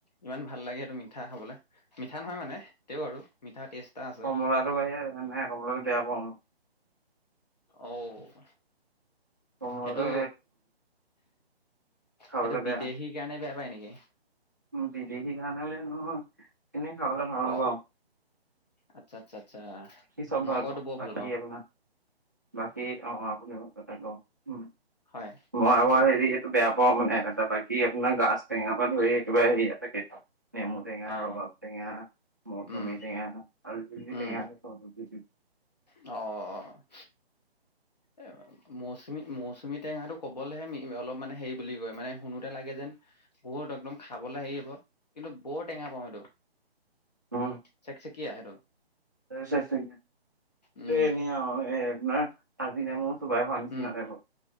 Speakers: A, on the left (about 40°); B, on the right (about 20°).
A: ইমান ভাল লাগে সেইটো মিঠা খাবলে মিঠা নহয় মানে তে আৰু মিঠা টেষ্ট এটা আছে।
B: কমলাটো বাহিৰেও কমলাটো বয়া পাওঁ
A: অ',
B: কোমল
A: সেইটো
B: এ খাবলৈ
A: সেইটো বিদেশীৰ
B: বেয়া
A: কাৰণে বেয়া পায় নেকি?
B: বিদেশী খানা বোৰে নহয় এনেই খাবলে ভাল
A: অ
B: নাপাও।
A: আচ্ছা, আচ্ছা, আচ্ছা
B: চব ভাল
A: মই কওঁতো বৰ
B: বাকী
A: ভাল পাওঁ।
B: আপোনাৰ বাকী অ', <unintelligible> উ
A: হয়
B: মই আৰ হেৰি এইটো বেয়া পাওঁ মানে টা বাকী আপোনাৰ গাছ টেঙা পৰা ধৰি কিবা <unintelligible> নেমু টেঙা
A: অ
B: ৰবাব টেঙা মৌচুমী
A: উম
B: টেঙা আৰু জি
A: উম
B: টেঙা অ <inaudible>
A: অ',। এ মৌচুমী মৌচুমী টেঙাটো কবলৈহে অলপ মানে হেৰি বুলি কয় মানে শুনোতে লাগে যেন বহুত একদম খাবলৈ হেৰি হব কিন্তু বৰ টেঙা পাওঁ সেইটো।
B: উ।
A: চেকচেকীয়া সেইটো
B: সেইটো
A: উম
B: এনে আৰু এই আপোনাৰ- কাজী নেমু চোবাই খোৱা নিচিনা
A: উম
B: টাইপৰ